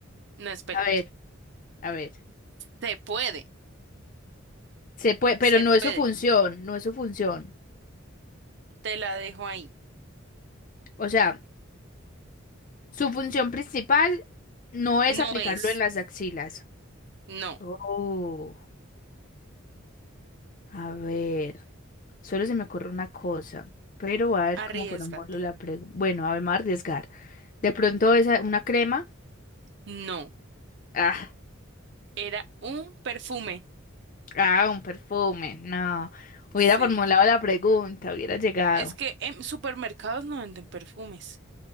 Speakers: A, on the right; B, on the left.
A: no, espérate.
B: a ver, a ver.
A: Se puede,
B: Se puede, pero
A: se
B: no
A: puede.
B: es su función, no es su función.
A: Te la dejo ahí.
B: O sea, su función principal no es
A: No
B: aplicarlo
A: es,
B: en las axilas.
A: no.
B: Oh, a ver, solo se me ocurre una cosa, pero voy a ver
A: Arriesgate.
B: cómo formuló la pregunta. Bueno, a ver, me voy a arriesgar. De pronto esa, una crema.
A: No.
B: Ah,
A: Era un perfume.
B: ah, un perfume. No. Hubiera
A: Sí.
B: formulado la pregunta, hubiera llegado.
A: Es que en supermercados no venden perfumes.